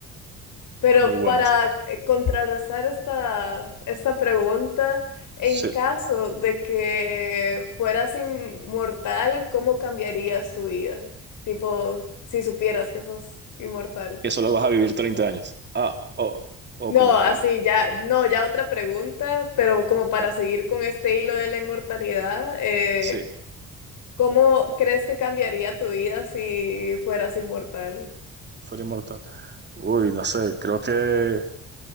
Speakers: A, on the left (about 80°); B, on the right (about 35°).
A: Pero
B: muy buena
A: para
B: esa parte.
A: eh, contrarrestar esta, esta pregunta, en
B: Sí,
A: caso de que fueras inmortal, ¿cómo cambiarías tu vida? Tipo, si supieras que sos inmortal.
B: que solo vas a vivir 30 años. Ah, o, o
A: No,
B: como,
A: así
B: como.
A: ya, no, ya otra pregunta, pero como para
B: Vale,
A: seguir con este hilo de la inmortalidad, eh,
B: sí,
A: ¿cómo crees que cambiaría tu vida si fueras inmortal?
B: Y fuera inmortal. Uy, no sé, creo que